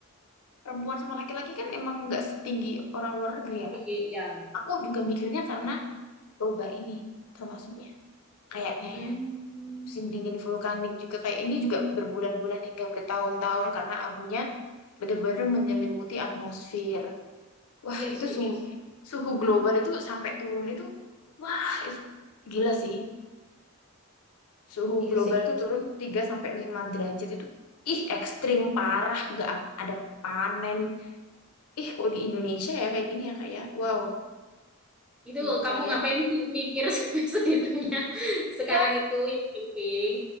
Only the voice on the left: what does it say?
perempuan sama laki-laki kan emang nggak setinggi orang luar negeri ya.
Aku juga mikirnya karena boba ini termasuknya kayaknya
ya. Musim dingin vulkanik juga kayak ini juga berbulan-bulan hingga bertahun-tahun karena abunya benar-benar menyelimuti atmosfer. Wah,
itu
suhu suhu global itu sampai turun itu wah itu- gila sih. suhu
global
itu turun 3 sampai 5 derajat itu ih ekstrim parah nggak ada panen ih kok di Indonesia ya kayak gini ya kayak wow
emang
kayak
iya